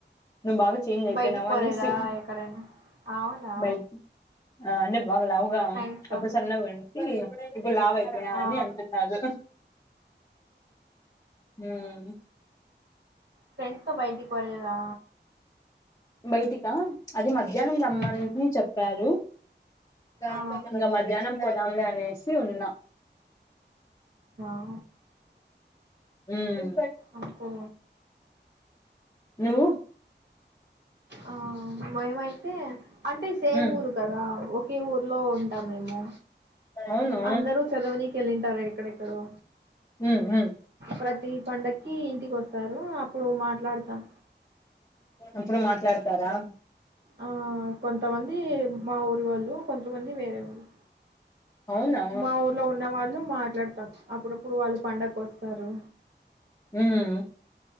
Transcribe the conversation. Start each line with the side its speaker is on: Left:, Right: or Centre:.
Left: నువ్వు బాగా చేంజ్ అయిపోయినావా
Right: బయటికి పోలేదా
Left: అనేసి
Right: ఎక్కడైనా అవునా
Left: బయ్ ఆ అంటే బాగా లావుగా
Right: ఫ్రెండ్స్ తో
Left: అప్పుడు సన్నగ ఉంటి పు లావు అయిపోయా
Right: ఆ
Left: అని అంటున్నారు హూమ్
Right: ఫ్రెండ్స్ తో బైటిక్ వెళ్ళా
Left: బయటికా అది మధ్యాహ్నం రమ్మంట్ని
Right: మ్మ్.
Left: చెప్పారు దాంతో
Right: ఆ
Left: ఇగ మధ్యాహ్నం పోదాం లే అనేసి ఉన్నా.
Right: ఊ
Left: ఉమ్
Right: ఓకే
Left: నువ్వు
Right: ఆ మేమైతే అంటే సేమ్
Left: ఉమ్
Right: ఊరు కదా ఒకే ఊర్లో ఉన్ టాం మేము
Left: అవును
Right: అందరూ చదవనీకె ఎళ్ళింటారు ఎక్కడెక్కడో
Left: ఉమ్ ఉమ్
Right: ప్రతీ పండక్కీ ఇంటికి వస్తారు అప్పుడు మాట్లాడుతాం
Left: అప్పుడు మాట్లాడతారా
Right: ఆ కొంతమంది మా ఊర్ వాళ్ళు కొంతమంది వేరే ఊరు
Left: అవునా
Right: మా ఊర్లో ఉన్న వాళ్ ను మాట్లాడతాం అప్పుడప్పుడు వాళ్ళు పండక్క్ ఒస్తారు
Left: ఉమ్